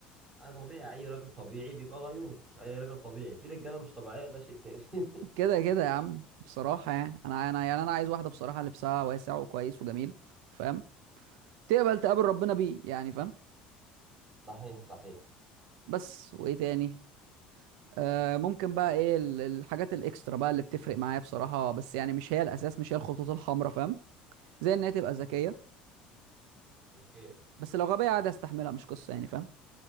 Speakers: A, on the right; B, on the right.
A: انا طبيعي اي راجل طبيعي بيبقى غيور اي راجل طبيعي في رجاله مش طبيعيه ده شيء تاني <laughs>
B: كده كده يا عم بصراحه يعني انا انا يعني انا عايز واحده بصراحه لبسها واسع وكويس وجميل فاهم تقبل تقابل ربنا بيه يعني فاهم
A: صحيح صحيح
B: بس وايه تاني آه، ممكن بقى ايه ال- الحاجات الاكسترا بقى اللي بتفرق معايا بصراحه بس يعني مش هي الاساس مش هي الخطوط الحمراء فاهم زي ان هي تبقى ذكيه
A: اوكي
B: بس لو غبيه عادي استحملها مش قصه يعني فاهم